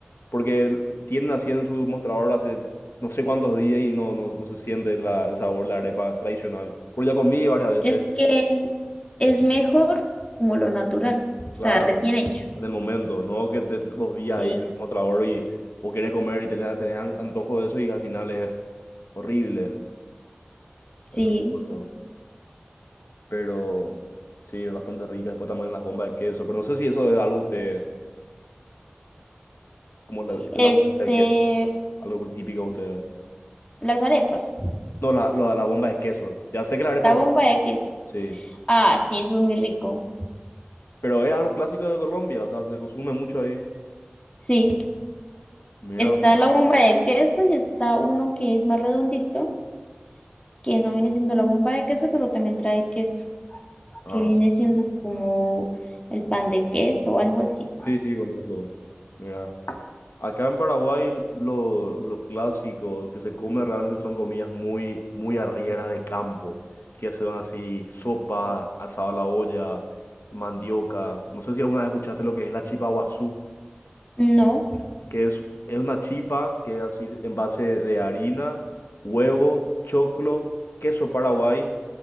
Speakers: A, on the left; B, on the left.
A: Porque tienen así en su mostrador hace no sé cuántos días y no, no, no se siente la- el sabor de la arepa tradicional. Porque ya comí varias veces.
B: es que es mejor como lo natural, o
A: Claro,
B: sea, recién hecho.
A: en el momento, no que te dos días
B: Sí,
A: ahí como trabajador y vos querés comer y te le- tenés an- antojo de eso y al final es horrible.
B: sí.
A: Eso es lo que son. Pero sí, es bastante rica. Después también las bombas de queso. Pero no sé si eso es algo usted, como la,
B: Este,
A: la bomba de queso, algo típico de ustedes.
B: las arepas,
A: No, la, la, la bomba de queso. Ya sé que la arepa,
B: la
A: es
B: bomba
A: ustedes,
B: de queso.
A: sí.
B: Ah, sí, eso es muy rico.
A: Pero es algo clásico de Colombia, o sea, se consume mucho ahí.
B: Sí,
A: Mira,
B: está
A: pues.
B: la bomba de queso y está uno que es más redondito, que no viene siendo la bomba de queso, pero también trae queso.
A: ah,
B: que viene siendo como el pan de queso o algo así.
A: sí, sí, sí, conozco. Mira. Acá en Paraguay lo, lo clásico que se come realmente son comidas muy, muy arrieras de campo, que son así sopa, asado a la olla, mandioca. No sé si alguna vez escuchaste lo que es la chipa guazú
B: No,
A: que es, es una chipa que es así en base de harina, huevo, choclo, queso paraguay